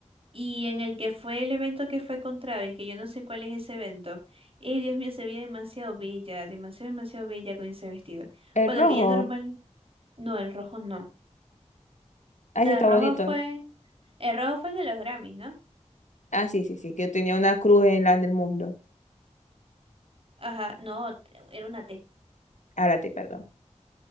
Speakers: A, on the right (about 50°); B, on the left (about 85°).
A: Y en el que fue el evento que fue con Travis, que yo no sé cuál es ese evento. Eh, Dios mío, se veía demasiado bella, demasiado, demasiado bella con ese vestido.
B: El
A: Bueno,
B: rojo.
A: que ya normal, no, el rojo no.
B: Ay,
A: No,
B: sí, está
A: el rojo
B: bonito.
A: fue. El rojo fue el de los Grammys, ¿no?
B: Ah, sí, sí, sí, que tenía una cruz en la, en el muslo.
A: Ajá, no, t- era una T.
B: Álate, perdón.